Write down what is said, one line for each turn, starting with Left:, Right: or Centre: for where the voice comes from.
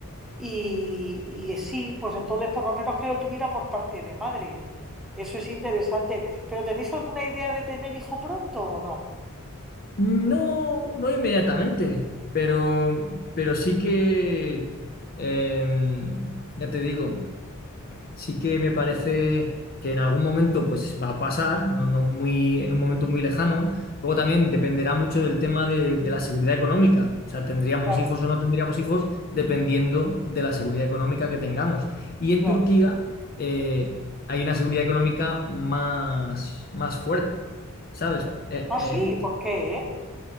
Centre: Y, y sí, pues entonces por lo menos que lo tuviera por parte de madre. Eso es interesante. ¿Pero tenéis alguna idea de tener hijo pronto o no?
Left: No, no inmediatamente, pero, pero sí que, em, ya te digo, sí que me parece que en algún momento pues va a pasar, no, no muy, en un momento muy lejano. Luego también dependerá mucho del tema de, de la seguridad económica. O sea, tendríamos
Centre: Claro,
Left: hijos o no tendríamos hijos dependiendo de la seguridad económica que tengamos. Y en
Centre: claro.
Left: Turquía eh, hay una seguridad económica más, más fuerte, ¿sabes? Eh,
Centre: Ah,
Left: eh,
Centre: sí, ¿por qué, eh?